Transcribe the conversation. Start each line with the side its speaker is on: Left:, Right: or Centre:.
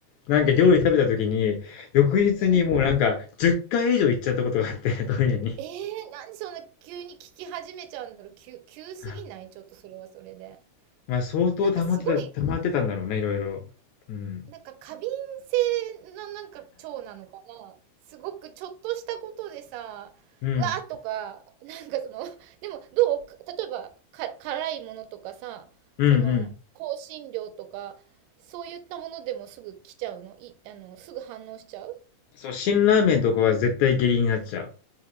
Left: なんか料理食べた時に、
Right: うん、
Left: 翌日にもうなんか10回以上行っちゃったことがあって、
Right: うん。
Left: トイレに。
Right: えー、なんでそんな急に聞き始めちゃうんだろう。急、急すぎないちょっとそれはそれで。
Left: <laughs> まあ相当溜まってた、
Right: なんかすごい
Left: 溜まってたんだろうね、いろいろ。うん。
Right: なんか過敏性のなんか腸なのかな。すごくちょっとしたことでさ、
Left: うん。
Right: 「うわ！」とか、なんかその、でもどう？例えば、か辛いものとかさ、
Left: うんうん。
Right: その、香辛料とか、そういったものでもすぐ来ちゃうの？いあの、すぐ反応しちゃう？
Left: そう、辛ラーメンとかは絶対下痢になっちゃう。